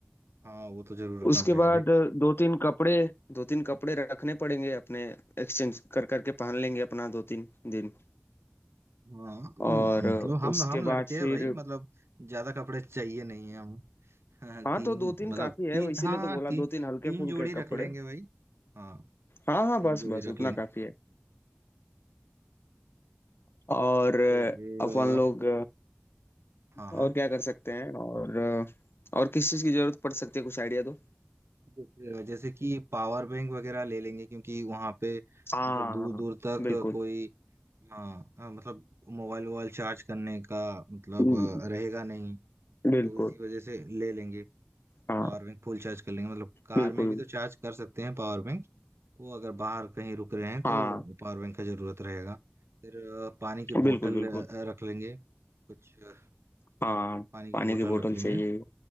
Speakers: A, on the right; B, on the left.
A: हाँ वो तो जरूर रखना
B: उसके
A: पड़ेगा
B: बाद
A: भाई
B: दो तीन कपड़े दो तीन कपड़े रखने पड़ेंगे अपने एक्सचेंज कर करके पहन लेंगे अपना दो तीन दिन
A: हाँ हम्म,
B: और
A: मतलब हम
B: उसके
A: हम लड़के
B: बाद फिर
A: हैं भाई मतलब ज्यादा कपड़े चाहिए नहीं है हम हाँ,
B: हाँ
A: तीन
B: तो दो तीन
A: मतलब
B: काफी
A: तीन
B: है वो इसीलिए
A: हाँ हाँ
B: तो बोला
A: ती,
B: दो तीन हल्के
A: तीन
B: फुल्के
A: जोड़ी रख
B: कपड़े
A: लेंगे भाई हाँ
B: हाँ हाँ
A: तीन
B: बस
A: जोड़ी
B: बस उतना
A: रख लेंगे
B: काफी है और
A: फिर
B: अपन
A: अ,
B: लोग
A: हाँ
B: और
A: हाँ
B: क्या कर सकते हैं और और किस चीज की जरूरत पड़ सकती है कुछ आइडिया दो
A: तो फिर, अ, जैसे कि पावर बैंक वगैरह ले लेंगे क्योंकि वहां पे
B: हाँ
A: मतलब दूर
B: हाँ
A: दूर तक
B: बिल्कुल
A: कोई हाँ हाँ, मतलब मोबाइल वोबाइल चार्ज करने का मतलब
B: हम्म,
A: अ, रहेगा नहीं
B: बिल्कुल
A: तो इसी वजह से ले लेंगे
B: हाँ
A: पावर बैंक फुल चार्ज कर लेंगे मतलब कार
B: बिल्कुल
A: में भी तो चार्ज कर सकते हैं पावर बैंक वो अगर बाहर कहीं रुक रहे हैं
B: हाँ
A: तो पावर बैंक का जरूरत रहेगा फिर अ, पानी की
B: बिल्कुल
A: बोतल
B: बिल्कुल
A: अ, रख लेंगे कुछ अ,
B: हाँ
A: पानी की
B: पानी
A: बोतल
B: की बोतल
A: रख लेंगे
B: चाहिए